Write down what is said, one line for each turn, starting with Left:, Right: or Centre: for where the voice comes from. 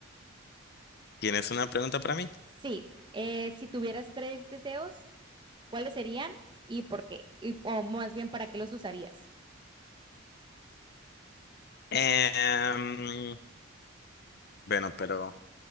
Left: ¿Tienes una pregunta para mí?
Right: Sí, eh, si tuvieras tres deseos, ¿cuáles serían y por qué? Y, o más bien, ¿para qué los usarías?
Left: Em, bueno, pero